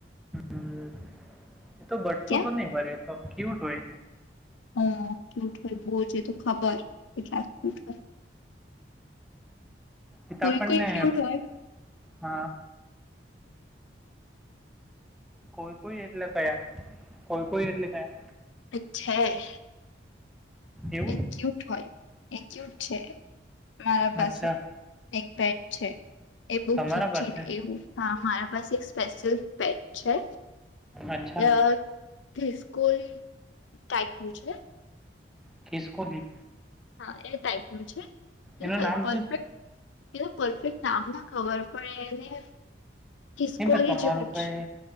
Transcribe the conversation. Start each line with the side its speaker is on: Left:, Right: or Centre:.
Centre: હ એ તો ભટકું
Left: કેમ
Centre: તો નહીભરે તો ક્યુટ હોય.
Left: હ ક્યુટ હોય બહુ જ તો ખબર કેટલાક ક્યુટ હોય.
Centre: એ તો
Left: હોય
Centre: આપને
Left: કોઈ કોઈ ક્યુટ હોય
Centre: હ કોઈ કોઈ એટલે કયાં? કોઈ કોઈ એટલે કયાં?
Left: અચ્છા
Centre: એવું
Left: એક્યુટ હોય એક્યુટ છે મારા પાસે.
Centre: અચ્છા
Left: એક પેટ છે એ બહુ
Centre: તમારા
Left: જુઠી
Centre: પાસે
Left: ને એવું. હા મારા પાસે એક સ્પેશિયલ પેટ છે
Centre: અચ્છા
Left: અ ખિસકોલી ટાઈપનું છે.
Centre: ખિસકોલી
Left: હા એ ટાઈપ નું છે હું
Centre: એનું નામ
Left: પરફેક્ટ
Centre: શું છે
Left: એ તો પરફેક્ટ નામ ના ખબર પડે એને ખિસકોલી
Centre: નહી પણ તમારું
Left: જેવું
Centre: કંઈ
Left: જ